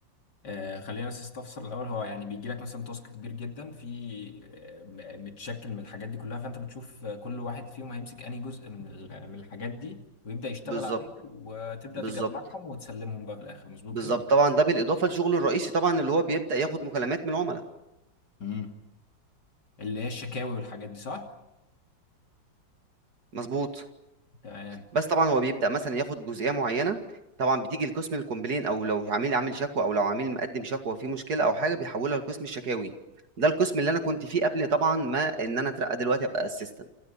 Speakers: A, on the left; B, on the right.
A: آه، خلينا بس استفسر الاول هو يعني بيجي لك مثلا تاسك كبير جدا في آه، م- متشكل من الحاجات دي كلها فانت بتشوف آه، كل واحد فيهم هيمسك انهي جزء من ال- من الحاجات دي ويبدا يشتغل
B: بالظبط
A: عليه وتبدا
B: بالظبط
A: تجمعهم وتسلمهم بقى في الاخر مظبوط
B: بالظبط
A: كده
B: طبعا ده بالاضافه لشغله الرئيسي طبعا اللي هو بيبدا ياخد مكالمات من العملاء
A: امم اللي هي الشكاوي والحاجات دي صح
B: مظبوط
A: تمام
B: بس طبعا هو بيبدا مثلا ياخد جزئيه معينه طبعا بتيجي لقسم الكومبلين او لو عميل عامل شكوى او لو عميل مقدم شكوى في مشكله او حاجه بيحولها لقسم الشكاوي ده القسم اللي انا كنت فيه قبل طبعا ما ان انا اترقى دلوقتي ابقى اسيستنت